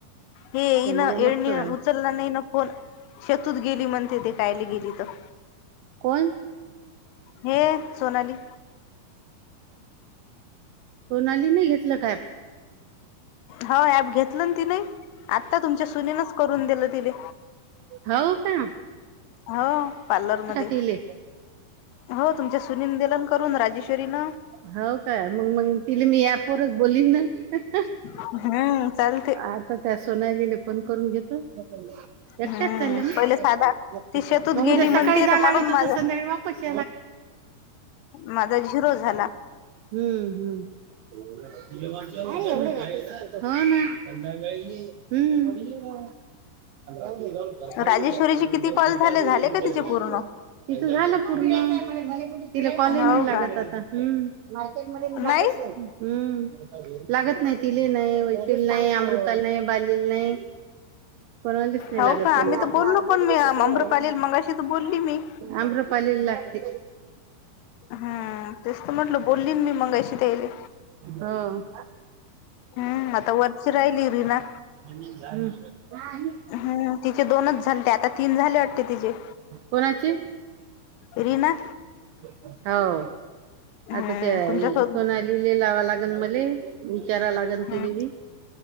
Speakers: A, on the left; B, on the right.
A: हे
B: त्यांले
A: इन येडणी
B: मस्त झालं
A: उचलला नाही न. होण शतूत गेली म्हणते ते कायला गेली तर
B: कोण
A: हे सोनाली
B: कोोणाली नाही घेतलं काय?
A: हो ॲप घेतलं ना ति नाही आत्ता तुमच्या सुनीनच करून दिलं तिने.
B: हो काण?
A: हो पार्लर मध्ये
B: तिले
A: हो तुमच्या सुनील दिलन करून राजेश्वरीन
B: हो का मग मग तिला मी ऍपवरच बोललीन ना.
A: हम्म चालते.
B: आता त्या सोनली लले पण करून घेतो. एकट्याच
A: हम्म
B: चालल्या
A: पहिले साधा
B: मग
A: ती शेतूत
B: मग
A: गेली
B: उद्या
A: म्हणते
B: सकाळी जा
A: तर
B: लागत
A: म्हणून
B: होत
A: माझा
B: संध्या बा. पक्ष.
A: माझा झिरो झाला.
B: हम्म हम्म हा ना हम्म अो प्र
A: राजेश्वरीचे किती कॉल झाले
B: <inaudible>
A: झाले का तिचे पूर्ण?
B: तिच झालं पूर्ण तिला कॉलेज
A: हो
B: नाही लागत
A: का
B: आता.. मार्केट मी जातच
A: नाही
B: नाही. लागत नाही तिले नाही वैशल नाही अमृताला नाही बाली ला नाही कोणालाच नाही
A: हो
B: लागत
A: का
B: त्यांना
A: आम्ही तर बोललो पण मी अमृपाली मंगाशी तर बोलली मी
B: आम्रपाली लागते.
A: हम तेच तर म्हटल बोलली मी मंगायची त्यायली
B: हा.
A: हम्म आता वरची राहिली ना.
B: आणि
A: हम्म तिचे दोनच झालेते आता तीन झाले वाटते तिचे..
B: कोणाची
A: रीना
B: हो
A: हम्म
B: आता त्या
A: तुमच्या सोब
B: सोना लिले लावा लागन मले.. विचारा लागेल
A: हम्म
B: तिले बी